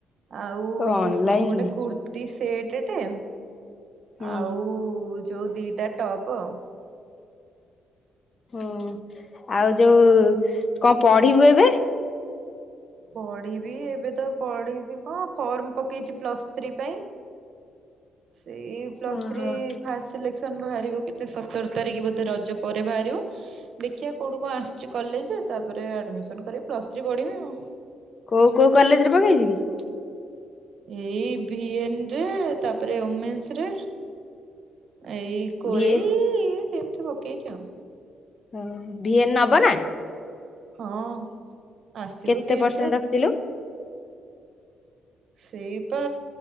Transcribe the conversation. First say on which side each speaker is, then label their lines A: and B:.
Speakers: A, on the right; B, on the left.
A: ଆଉ
B: ଅନଲାଇନରେ
A: ଇଏ କଣ ଗୋଟେ କୁର୍ତିୀ ସେଟ୍ ଟେ
B: ହୁଁ
A: ଆଉ ଯୋଉ ଦିଟା ଟପ୍ ଆଉ।
B: ହୁଁ ଆଉ ଯୋଉ କଣ ପଢିବୁ ଏବେ?
A: ପଢିବି ଏବେ ତ ପଢିବି କଣ ଫର୍ମ ପକେଇଚି ପ୍ଲସଟୁ। ଥ୍ରୀ ପାଇଁ ସେଇ ପ୍ଲସ୍
B: ଓହୋ
A: ଥ୍ରୀ ଫାଷ୍ଟ ସିଲେକ୍ସନ ବାହାରିବ କେତେ ସତର ତାରିଖ ବୋଧେ ରଜ ପରେ ବାହାରିବ। ଦେଖିବା କୋଉଠୁ କଣ ଆସିୁଚି କଲେଜ ତାପରେ ଆଡମିସନ କରିବି ପ୍ଲସ୍ ଥ୍ରୀ ପଢିବି ଆଉ।
B: କୋଉ କୋଉ କଲେଜ ରେ ପକେଇଚି କି?
A: ଏଇ ଭିଏନ୍ ରେ ତାପରେ ଓମେସ୍ ରେ ଏଇ କୋରେଇ
B: ଭିଏ
A: ଏଇ ଏମିତି ପକେଇଚି ଆଉ।
B: ଓ ଭିଏନ୍ ନବ ନା?
A: ହଁ। ଆସିବ
B: କେତେ
A: ଭିଏନ
B: ପରସେଣ୍ଟ
A: ର
B: ରଖିଥିଲୁ?
A: ସେଇପା